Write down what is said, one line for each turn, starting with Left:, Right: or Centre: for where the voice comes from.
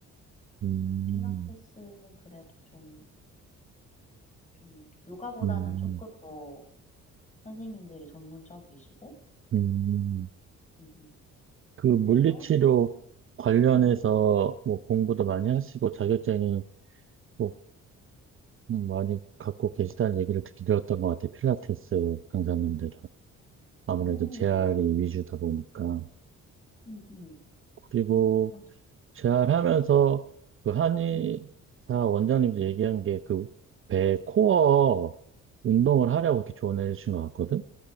Right: 음,
Left: 필라테스는 그래도 좀, 좀 요가보다는
Right: 음,
Left: 조금 더 선생님들이 전문적이시고
Right: 음.
Left: 응, 응,
Right: 그 물리치료
Left: 그래서
Right: 관련해서
Left: 응,
Right: 뭐 공부도 많이
Left: 음,
Right: 하시고 자격증이 또 많이 갖고 계시다는 얘기를 듣기 들었던 것 같아요. 필라테스 강사님들은. 아무래도
Left: 음,
Right: 재활이 위주다 보니까.
Left: 응, 응,
Right: 그리고
Left: 맞아.
Right: 재활하면서 그 한의사
Left: 응,
Right: 원장님도 얘기한 게 그 배 코어 운동을
Left: 응,
Right: 하려고 이렇게 조언해 주신 것 같거든?